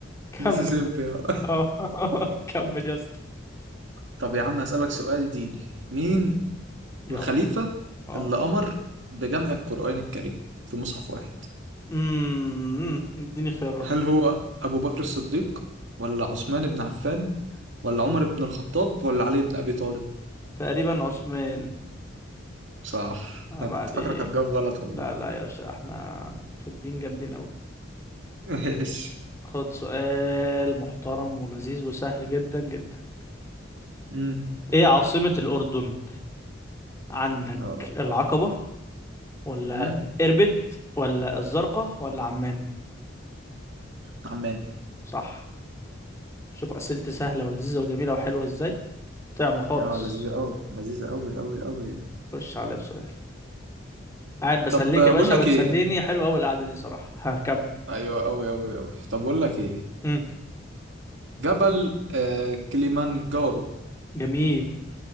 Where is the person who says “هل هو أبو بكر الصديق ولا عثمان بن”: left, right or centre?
Right